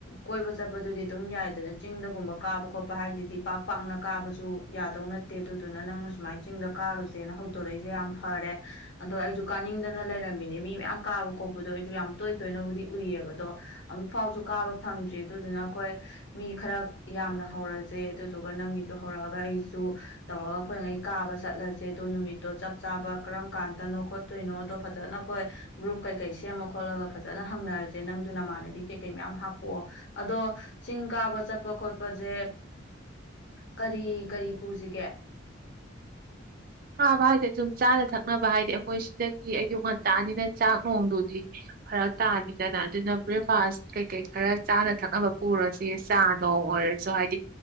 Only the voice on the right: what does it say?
ꯊꯥꯕ ꯍꯥꯏꯗꯤ ꯑꯗꯨꯝ ꯆꯥꯅ ꯊꯛꯅꯕ ꯍꯥꯏꯗꯤ ꯑꯩꯈꯣꯏ ꯁꯤꯗꯒꯤ ꯑꯌꯨꯛ ꯉꯟꯇꯥꯅꯤꯅ ꯆꯥꯛ ꯅꯣꯡꯗꯨꯗꯤ ꯐꯔꯛ ꯇꯥꯅꯤꯗꯅ ꯑꯗꯨꯅ ꯕ꯭ꯔꯦꯛꯐꯥꯁ ꯀꯩꯀꯩ ꯈꯔ ꯆꯥꯅ ꯊꯛꯅꯕ ꯄꯨꯔꯁꯤ ꯆꯥ ꯅꯣꯡ ꯑꯣꯏꯔꯁꯨ ꯍꯥꯏꯗꯤ